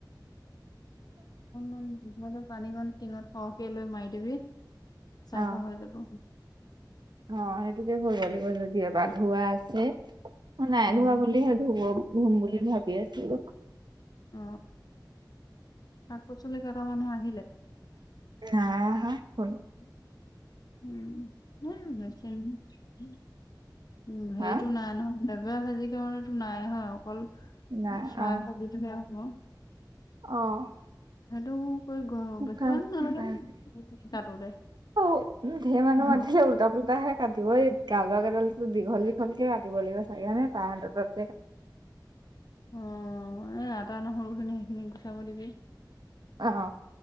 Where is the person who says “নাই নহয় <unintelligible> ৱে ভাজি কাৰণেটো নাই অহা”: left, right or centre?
Left